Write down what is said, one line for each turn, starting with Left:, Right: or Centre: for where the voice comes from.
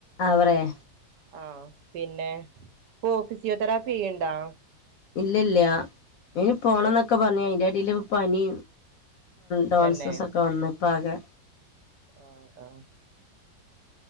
Left: ആ പറയെ
Right: ആഹ് പിന്നെ ഓ ഫിസിയോതെറാപ്പി ചെയ്യ്ണ്ടോ
Left: ഇല്ലല്ലഅയിന്ന് പോണം
Right: ഏഹ്
Left: എന്നൊക്കെ പറഞ്ഞിനി അതിന്റെ ഇടയിൽ പനി ടോൺസസ്
Right: തന്നെ
Left: ഒക്കെ വന്ന് ഇപ്പോ ആകെ
Right: ആഹ് ആഹ്